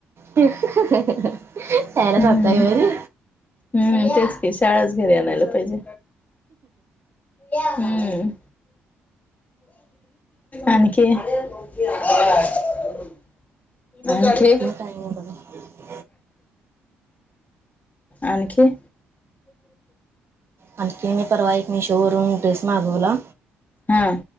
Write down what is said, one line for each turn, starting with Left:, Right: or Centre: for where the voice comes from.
Right: शाळेलाच
Left: हम्म
Right: आणताय घरी.
Left: हम्म तेच की शाळाच घरी आणायला पाहिजे. हम्म आणखी..... <inaudible> आणखी
Right: <inaudible>
Left: आणखी.
Right: आणखी मी परवा एक मीशो वरून ड्रेस मागवला
Left: हा